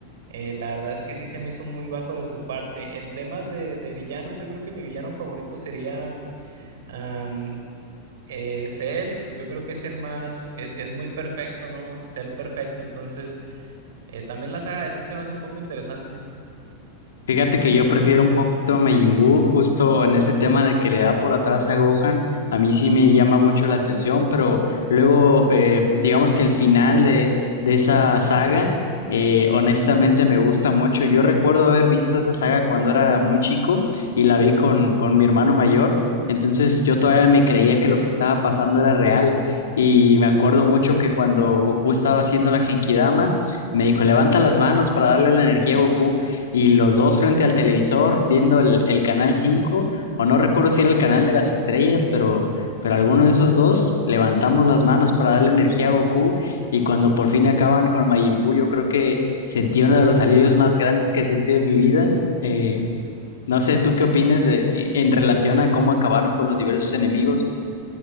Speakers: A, on the right (about 60°); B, on the left (about 65°).
A: Eh, la verdad es que sí se me hizo muy bajo de su parte. En temas de, de villanos, yo creo que mi villano favorito sería am, eh, Cell. Yo creo que es el más, es, es muy perfecto, ¿no? Cell perfecto. Entonces, eh, también la saga de Cell se me hace un poco interesante.
B: Fíjate que yo prefiero un poquito a Majin Buu, justo en ese tema de que le da por atrás a Gohan, a mí sí me llama mucho la atención, pero luego eh, digamos que el final de, de esa saga, eh, honestamente me gusta mucho. Yo recuerdo haber visto esa saga cuando era muy chico y la vi con, con mi hermano mayor, entonces yo todavía me creía que lo que estaba pasando era real. Y me acuerdo mucho que cuando Goku estaba haciendo la Genkidama, me dijo, levanta las manos para darle la energía a Goku y los dos frente al televisor viendo el, el canal 5 o no recuerdo si era el canal de las estrellas, pero, pero alguno de esos dos levantamos las manos para darle energía a Goku y cuando por fin acaban con Majin Buu, yo creo que sentí uno de los alivios más grandes que he sentido en mi vida. Eh, no sé, ¿tú qué opinas de- en en relación a cómo acabaron con los diversos enemigos?